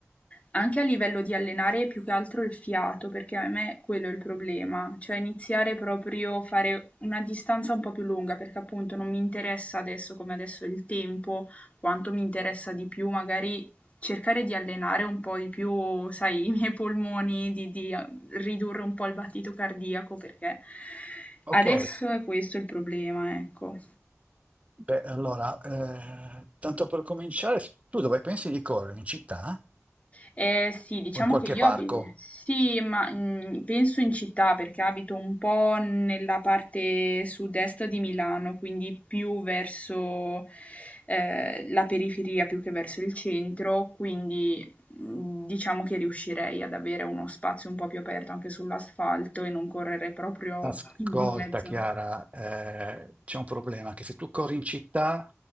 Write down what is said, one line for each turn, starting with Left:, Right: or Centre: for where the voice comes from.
Left: anche a livello di allenare più che altro il fiato, perché a me quello è il problema, cioè iniziare proprio a fare una distanza un po' più lunga, perché appunto non mi interessa adesso come adesso il tempo, quanto mi interessa di più magari cercare di allenare un po' di più, sai, <laughs> i miei polmoni, di, di ridurre un po' il battito cardiaco perché
Right: ok.
Left: adesso è questo il problema, ecco.
Right: Beh, allora, eh, tanto per cominciare, tu dove pensi di correre? In città
Left: Eh, sì, diciamo
Right: o in qualche
Left: che io
Right: parco?
Left: abito, sì, ma mm, penso in città perché abito un po' nella parte sud-est di Milano, quindi più verso eh, la periferia più che verso il centro, quindi mm, diciamo che riuscirei ad avere uno spazio un po' più aperto anche sull'asfalto e non correre proprio
Right: Ascolta
Left: <laughs> in mezzo.
Right: Chiara, eh, c'è un problema che se tu corri in città